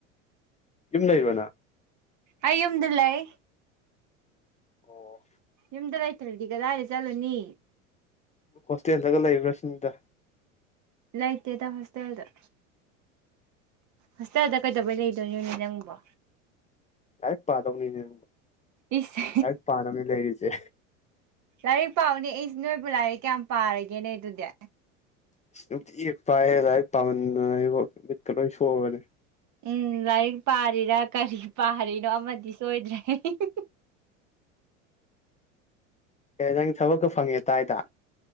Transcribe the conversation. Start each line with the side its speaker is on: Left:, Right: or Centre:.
Left: ꯌꯨꯝ ꯂꯩꯕ꯭ꯔ ꯅ꯫
Right: ꯑꯩ ꯌꯨꯝꯗ ꯂ ꯩ꯫
Left: ꯑꯣ
Right: ꯌꯨꯝꯗ ꯂꯩꯏꯇ꯭ꯔꯗꯤ ꯀꯗꯥꯏꯗ ꯆꯠꯂꯨꯅꯤ꯫
Left: ꯍꯣꯁꯇꯦꯜꯗꯒ ꯂꯩꯕ꯭ꯔꯥ ꯁꯤꯅꯤꯗ꯫
Right: ꯂꯩꯇꯦꯗ ꯍꯣꯁꯇꯦꯜꯗ꯫ ꯍꯣꯁꯇꯥꯜꯗ ꯀꯩꯗꯧꯕꯩ ꯂꯩꯗꯣꯏꯅꯣꯅꯦ ꯅꯪꯕꯣ꯫
Left: ꯂꯥꯏꯔꯤꯛ ꯄꯥꯗꯧꯅꯤꯅꯦ
Right: ꯏꯁ
Left: ꯂꯥꯏꯔꯤꯛ ꯄꯥꯅꯕꯅꯦ ꯂꯩꯔꯤꯁꯦ꯫
Right: ꯂꯥꯏꯔꯤꯛ ꯄꯥꯕꯅꯦ ꯑꯩꯁ ꯅꯣꯏꯕꯨ ꯂꯥꯏꯔꯤꯛ ꯀ꯭ꯌꯥꯝ ꯄꯥꯔꯒꯦꯅꯦ ꯑꯗꯨꯗꯤ꯫
Left: ꯑꯁ ꯅꯨꯡꯇꯤ ꯄꯥꯑꯦ ꯂꯥꯏꯔꯤꯛ ꯄꯥꯃꯟꯗꯅ ꯏꯕꯣ ꯃꯤꯠꯀ ꯂꯣꯏ ꯁꯣꯛꯑꯕꯅꯦ꯫
Right: ꯎꯝ ꯂꯥꯏꯔꯤꯛ ꯄꯥꯔꯤꯔꯥ ꯀꯔꯤ ꯄꯥꯔꯤꯅꯣ ꯑꯃꯗꯤ ꯁꯣꯏꯗ꯭ꯔꯦ <unintelligible>
Left: ꯑꯦ ꯅꯪ ꯊꯕꯛꯀ ꯐꯪꯉꯦ ꯇꯥꯏꯗ꯫